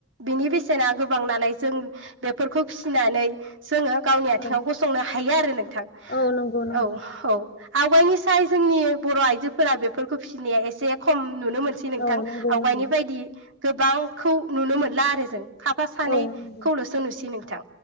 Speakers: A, on the right; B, on the left.
A: बिनि बेसेना गोबांनानै जों बेफोरखौ फिसिनानै जोङो गावनि आथिङाव
B: औ
A: गसंनो हायो आरो नोंथां
B: औ नंगौ नंगौ
A: औ औ। आवगायनि साय जोंनि बर' आइजोफोरा बेफोरखौ फिसिनाया एसे खम नुनो मोनसै नोंथां
B: औ नंगौ
A: आवगायनि
B: नंगौ
A: बायदि गोबांखौ नुनो मोनला आरो जों। खाफा सानैखौल'सो
B: औ नंगौ
A: नुसै नोंथां